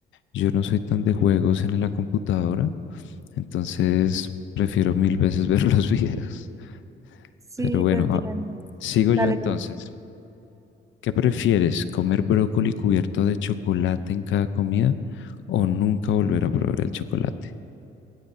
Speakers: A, on the left (about 75°); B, on the right (about 15°).
A: yo no soy tan de juegos en la computadora, entonces prefiero mil veces <laughs> ver los videos.
B: Sí,
A: Pero bueno,
B: te entiendo.
A: ah, sigo
B: Dale,
A: yo entonces. ¿Qué prefieres? ¿Comer brócoli cubierto de chocolate en cada comida o nunca volver a probar el chocolate?